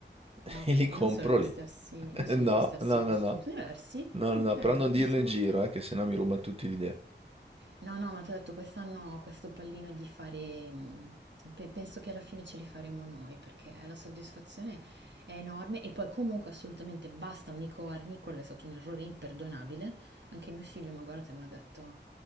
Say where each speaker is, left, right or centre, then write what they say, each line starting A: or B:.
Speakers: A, on the right; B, on the right.
A: <laughs>
B: Ah, ok,
A: e li compro
B: e non sono gli
A: lì.
B: stessi,
A: <laughs>
B: non sono
A: No,
B: gli stessi
A: no,
B: costumi,
A: no, no.
B: sono diversi?
A: No,
B: Ah,
A: no,
B: ok,
A: no, però non dirlo
B: pensavo.
A: in giro, eh, che sennò mi rubano tutti l'idea.
B: No, no, ma ti ho detto, quest'anno ho questo pallino di fare, mh, pe- penso che alla fine ce li faremo noi, perché la soddisfazione è enorme e poi comunque assolutamente basta unicorni, quello è stato un errore imperdonabile. Anche mio figlio mi ha guardato e mi ha detto,